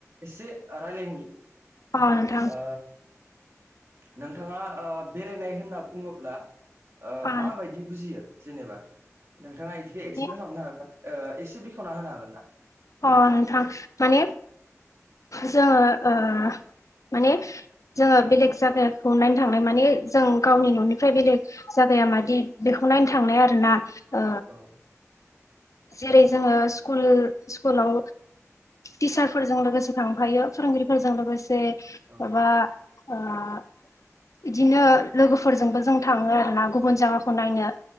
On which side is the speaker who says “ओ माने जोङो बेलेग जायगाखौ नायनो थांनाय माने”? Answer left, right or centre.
Left